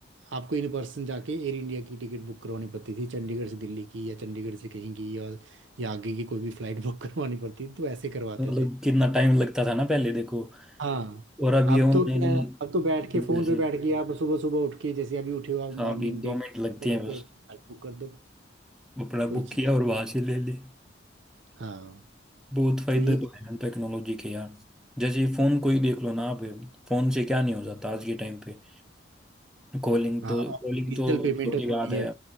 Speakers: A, on the right; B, in the centre.
A: आपको इन पर्सन जाके एयर इंडिया की टिकट बुक करवानी पड़ती थी चंडीगढ़ से दिल्ली की या चंडीगढ़ से कहीं की या, या आगे की कोई भी फ्लाइट बुक <laughs> करवानी पड़ती थी तो ऐसे करवाते
B: तो मतलब
A: थे
B: कितना टाइम लगता था ना पहले देखो
A: हाँ
B: और अब ये
A: अब
B: ऑनलाइन
A: तो क्या है अब तो बैठ
B: की
A: के
B: वजह
A: फोन पे
B: से
A: बैठ के आप सुबह सुबह उठ के जैसे अभी उठे हो आप
B: हाँ
A: मॉर्निंग
B: अभी दो
A: ब्रेक
B: मिनट लगते
A: करते करते
B: हैं बस
A: फ्लाइट बुक कर दो
B: अपना
A: कोई
B: बुक
A: चीज़-
B: किया और वहां से ले ले
A: <laughs> हाँ
B: बहुत फायदा
A: तो ये
B: तो है टेक्नोलॉजी के यार जैसे फोन कोई देख लो ना आप फोन से क्या नहीं हो जाता आज के टाइम पे कॉलिंग
A: हाँ
B: तो कॉलिंग
A: डिजिटल
B: तो
A: पेमेंट
B: छोटी
A: हो जाती
B: बात है
A: है